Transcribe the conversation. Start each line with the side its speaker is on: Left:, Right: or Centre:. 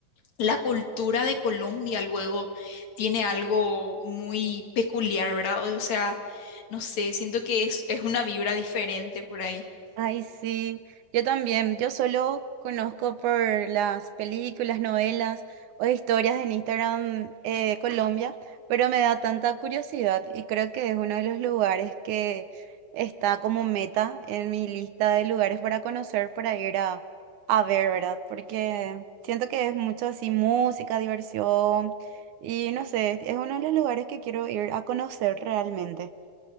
Left: la cultura de Colombia luego tiene algo muy peculiar, ¿verdad? O sea, no sé, siento que es, es una vibra diferente por ahí.
Right: Ay, sí, yo también, yo solo conozco por las películas, novelas o historias en Instagram eh, Colombia, pero me da tanta curiosidad y creo que es uno de los lugares que está como meta en mi lista de lugares para conocer, para ir a, a ver, ¿verdad? Porque siento que es mucho así música, diversión y no sé, es uno de los lugares que quiero ir a conocer realmente.